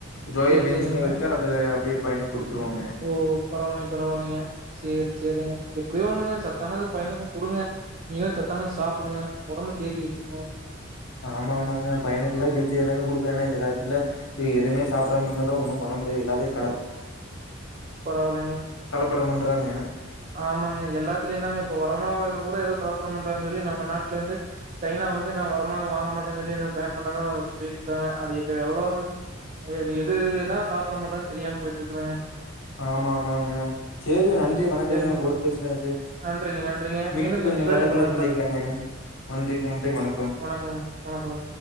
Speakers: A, on the left; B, on the right.
A: ஜோயாபீன்ஸுல
B: சேரி சேரிங்க
A: வெக்க அதுல அப்டீ பயனுக் குடுத்துருவாங்.
B: ஓ பரவாயில்லைங் பரவாயில்லைங்க. சேரி சேரிங்க எப்டியோ ஒண்ணுங்க சத்தானது பையனுக்கூ குடுங்க. நீங்கள சத்தானது சாப்புடுங்க. ஒடம்ப தேத்தி வச்சுக்குங்க
A: ஆமா ஆமாங்க. பயனுக்கெல்லா ஹெல்த்தியா தாங்க குடுக்க. ஏன்னா இந்த காலத்துல இப்ப எதுமே சாப்டாம இருந்தாலு ஒன்னு பண்ண முடியாது. எல்லாதே கல
B: பரவால்லேங்க.
A: கலப்படம் பண்றாங்க
B: ஆமாங்க எல்லாத்துலயுதாங்க இப்ப வரமாவு கூட ஏதோ கலப்படொ பன்றாங்கனீ சொல்லி நம்ம நாட்லேந்து சைனா வந்து நா வரமாவ் வாங்க மாட்டன்னு சொல்லி எதோ பேன் பண்ணதா சொல்லீட் இருக்காங்க. அது இது எவ்வளவு வ எது இதுலதா கலப்படபண்றாங்கன்னு தெரியாம போய்ட்டிருக்குதுங்க
A: ஆமா ஆமாங்க. சேரி நன்றி வணக்கங்க.
B: சேரிங்க
A: உங்களுட பேசுனதுக்கு.
B: நன்றிங்க நன்றிங்க
A: மீண்டும்
B: சந்திக்கும்
A: இன்னொரு
B: வரை
A: அழைப்புள
B: உங்கள் நண்பன்
A: சந்திக்கலாங்க. நன்றி நன்றி வணக்கம்.
B: வணக்கங்க வணக்கம்